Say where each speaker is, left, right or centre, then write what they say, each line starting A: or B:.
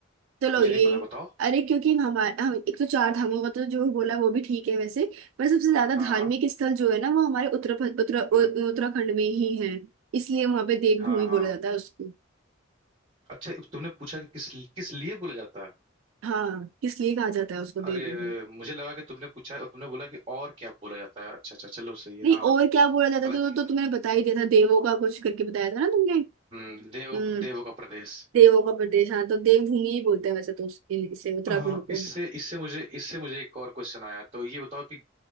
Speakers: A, on the right; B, on the right.
A: चलो
B: मुझे
A: ये
B: नहीं पता बताओ
A: अरे क्योंकि हमारे हम एक तो चार धामों का तो जो बोला वो भी ठीक है वैसे पर सबसे ज्यादा
B: हाँ
A: धार्मिक स्थल जो है ना वो हमारे उत्तर उत्तर उ-
B: हम्म
A: उत्तराखंड में ही है इसलिए वहां पे देवभूमि
B: हाँ हाँ
A: बोला जाता है उसको
B: अच्छा तुमने पूछा कि किस किस लिए बोला जाता है
A: हाँ इसलिए कहा जाता है उसको देवभूमि
B: अरे मुझे लगा कि तुमने पूछा और तुमने बोला कि और क्या बोला जाता है अच्छा अच्छा चलो सही है
A: नहीं
B: हाँ
A: और क्या बोला जाता
B: हालांकि
A: है जो तो तुमने बता ही दिया था देवों का कुछ करके बताया था ना तुमने
B: हम्म देव
A: हम्म
B: देवों का प्रदेश
A: देवों का प्रदेश हाँ तो देवभूमि ही बोलते हैं वैसे तो उस- इन- इसे उत्तराखंड
B: हाँ
A: को
B: इससे इससे मुझे इससे मुझे एक और क्वेश्चन आया तो ये बताओ कि